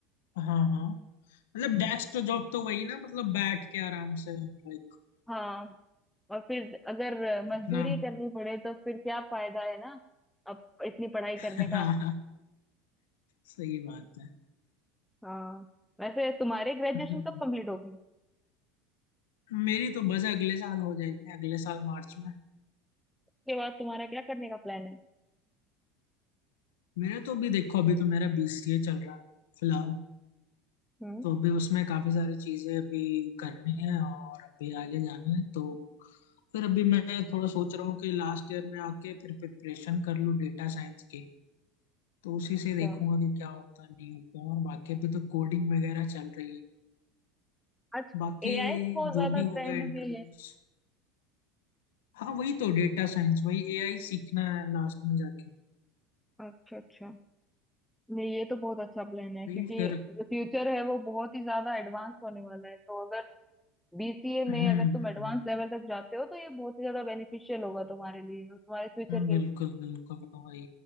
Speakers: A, on the left; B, in the centre.
A: हाँ हाँ मतलब डेस्क तो जॉब तो वही ना मतलब बैठ के आराम से लाइक
B: हाँ और फिर अगर मजदूरी
A: अपना
B: करनी पड़े तो फिर क्या फायदा है ना अब इतनी पढ़ाई
A: <laughs>
B: करने का
A: हाँ, सही बात है
B: हाँ वैसे तुम्हारे ग्रेजुएशन
A: हम्म।
B: कब कंप्लीट होगी
A: मेरी तो बस अगले साल हो जाएगी अगले साल मार्च में
B: उसके बाद तुम्हारा क्या करने का प्लान है
A: मेरे तो अभी देखो अभी तो मेरा बीसीए चल रहा है फिलहाल
B: हम्म
A: तो अभी उसमें काफी सारी चीजें अभी करनी है और अभी आगे जाना है तो फिर अभी मैं थोड़ा सोच रहा हूँ कि लास्ट ईयर में आके फिर प्रिपरेशन कर लूँ डेटा साइंस की तो उसी से देखूंगा
B: अच्छा
A: कि क्या होता है नहीं होता है। और बाकी अभी तो कोडिंग वगैरह चल रही है
B: आज
A: बाकी
B: एआई बहुत
A: जो
B: ज्यादा
A: भी होगा
B: ट्रेंड
A: इंटरव्यूज
B: में है
A: हाँ वही तो डेटा साइंस वही एआई सीखना है लास्ट में जाके
B: अच्छा अच्छा नहीं ये तो बहुत अच्छा प्लान है
A: वही
B: क्योंकि
A: फिर
B: जो फ्यूचर है वो बहुत ही ज्यादा एडवांस होने वाला है तो अगर बीसीए में
A: हम्म हम्म,
B: अगर तुम एडवांस
A: हम्म,
B: लेवल तक जाते हो तो ये बहुत ही ज्यादा बेनिफिशियल होगा तुम्हारे लिए और तुम्हारे फ्यूचर
A: हम्म, बिल्कुल
B: के
A: बिल्कुल वही